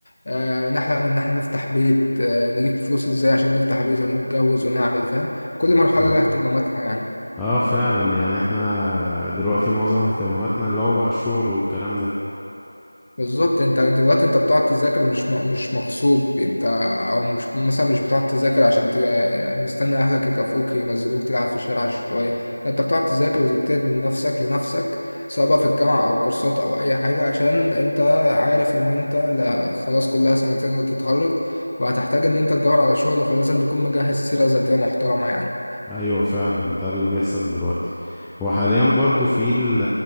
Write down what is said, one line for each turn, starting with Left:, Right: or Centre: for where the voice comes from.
Left: آه، نحلم ان احنا نفتح بيت آه، نجيب فلوس ازاي عشان نفتح بيت ونتجوز ونعمل فاهم كل مرحله
Centre: أيوة.
Left: لها اهتماماتها يعني
Centre: اه فعلا يعني احنا دلوقتي معظم اهتماماتنا اللي هو بقى الشغل والكلام ده
Left: بالظبط انت دلوقتي انت بتقعد تذاكر مش م- مش مغصوب انت او مش مثلا مش بتقعد تذاكر عشان تج- مستني اهلك يكافئوك ينزلوك تلعب في الشارع شويه لا انت بتقعد تذاكر وتجتهد من نفسك لنفسك سواء بقى في الجامعه او كورسات او اي حاجه عشان انت عارف ان انت لا خلاص كلها سنتين وتتخرج وهتحتاج ان انت تدور على شغل فلازم تكون مجهز سيره ذاتيه محترمه يعني
Centre: ايوه فعلا ده اللي بيحصل دلوقتي وحاليا برضو في ال-